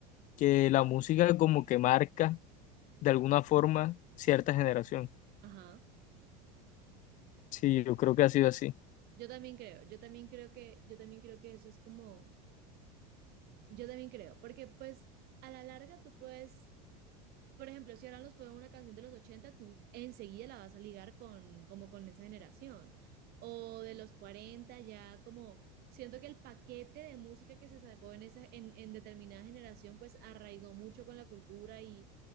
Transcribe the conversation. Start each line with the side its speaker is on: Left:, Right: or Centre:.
Left: que la música como que marca de alguna forma cierta generación.
Right: ajá.
Left: Sí, yo creo que ha sido así.
Right: Yo también creo, yo también creo que, yo también creo que eso es como, yo también creo, porque pues a la larga tú puedes Por ejemplo, si ahora nos ponen una canción de los 80, tú enseguida la vas a ligar con, como con esa generación. O de los cuarenta ya como siento que el paquete de música que se sacó en esa, en, en determinada generación, pues arraigó mucho con la cultura y,